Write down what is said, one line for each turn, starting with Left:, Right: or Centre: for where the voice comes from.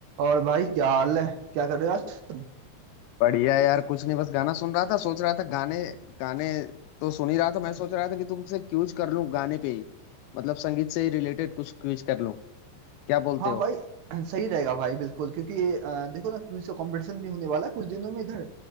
Right: और भाई क्या हाल है क्या कर रहे हो आज तुम
Left: बढ़िया यार कुछ नहीं बस गाना सुन रहा था सोच रहा था गाने गाने तो सुन ही रहा था मैं सोच रहा था कि तुमसे क्यूज कर लूं गाने पे ही मतलब संगीत से ही रिलेटेड कुछ क्यूज कर लूं क्या बोलते
Right: हाँ
Left: हो
Right: भाई <clears throat> सही रहेगा भाई बिल्कुल क्योंकि अ, देखो ना क्विज का कंपटीशन भी होने वाला है कुछ दिनों में इधर